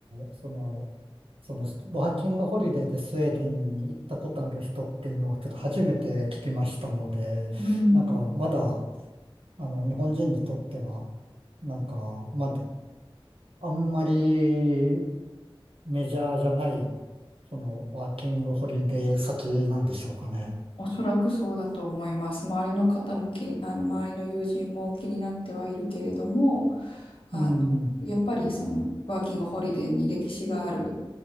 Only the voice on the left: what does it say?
うん。
おそらくそうだと思います。周りの方もき、あの、周りの友人も気になってはいるけれども、あの、
やっぱりそのワーキングホリデーに歴史がある